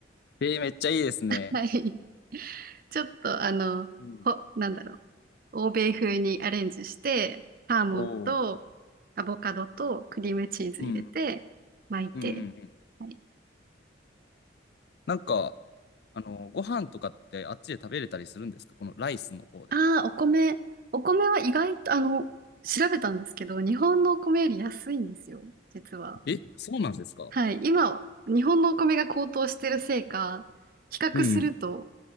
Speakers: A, on the left; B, on the right.
A: えー、めっちゃいいですね。
B: <laughs> はい。ちょっと、あの、
A: うん。
B: ほ、なんだろう。欧米風にアレンジして、サーモンと
A: おお。
B: アボカドとクリームチーズ入れて、
A: うん。
B: 巻いて、
A: うんうんうん。
B: はい。
A: なんか、あの、ご飯とかってあっちで食べれたりするんですかこのライスの方で。
B: ああ、お米。お米は意外と、あの、調べたんですけど、日本のお米より安いんですよ、実は。
A: え、そうなんですか
B: はい。今、日本のお米が高騰してるせいか、比較すると
A: うん。